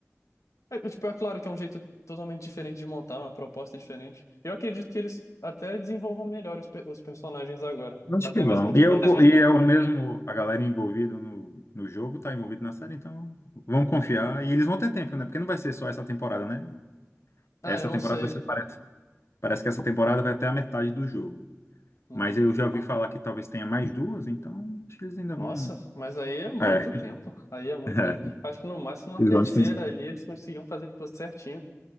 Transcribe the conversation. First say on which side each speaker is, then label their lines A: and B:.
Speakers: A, on the left; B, on the left.
A: É, tipo, é claro que é um jeito totalmente diferente de montar, uma proposta diferente. Eu acredito que eles até desenvolvam melhor os, pe- os personagens agora.
B: Acho
A: Até
B: que vão.
A: mesmo, tipo,
B: E é o,
A: a
B: co-
A: Dina.
B: e é o mesmo, a galera envolvida no, no jogo tá envolvida na série, então vamos confiar. E eles vão ter tempo, né? Porque não vai ser só essa temporada, né?
A: Ah,
B: Essa
A: eu não
B: temporada
A: sei.
B: vai ser, parece, parece que essa temporada vai até a metade do jogo.
A: Uhum.
B: Mas eu já ouvi falar que talvez tenha mais duas, então acho que eles ainda
A: Nossa,
B: vão.
A: mas aí é muito
B: É,
A: tempo. Aí é muito
B: <laughs>
A: tempo.
B: é,
A: Acho que no máximo uma
B: eles
A: terceira
B: vão estender.
A: ali eles conseguiam fazer, tipo, certinho.